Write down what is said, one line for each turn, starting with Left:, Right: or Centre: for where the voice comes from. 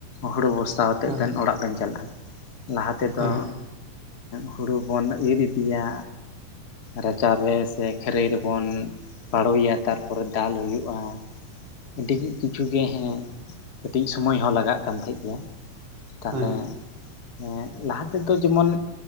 Left: ᱦᱩᱲᱩ ᱵᱚᱥᱛᱟᱣ ᱟᱛᱮᱫ
Right: ᱦᱳᱭ
Left: ᱵᱮᱱ ᱚᱲᱟᱜ ᱵᱮᱱ ᱪᱟᱞᱟᱜᱼᱟ ᱞᱟᱦᱟ ᱛᱮᱫᱚ
Right: ᱦᱳᱭ
Left: ᱦᱩᱲᱩ ᱵᱚᱱ ᱤᱨ ᱤᱫᱤᱭᱟ᱾ ᱨᱟᱪᱟ ᱨᱮ ᱥᱮ ᱠᱷᱟᱹᱨᱟᱹᱭ ᱨᱮᱵᱚᱱ ᱯᱟᱲᱳᱭᱟ ᱛᱟᱨᱯᱚᱨᱮ ᱫᱟᱞ ᱦᱩᱭᱩᱜᱼᱟ ᱟᱹᱰᱤ ᱠᱤᱪᱷᱩ ᱜᱮ ᱦᱮᱸ ᱠᱟᱹᱴᱤᱡ ᱥᱚᱢᱚᱭ ᱦᱚᱸ ᱞᱟᱜᱟᱜ ᱠᱟᱱ ᱛᱟᱦᱮᱸᱫ ᱜᱮ ᱛᱟᱦᱚᱞᱮ
Right: ᱦᱳᱭ
Left: ᱦᱮᱸ ᱞᱟᱦᱟ ᱛᱮᱫᱚ ᱡᱮᱢᱚᱱ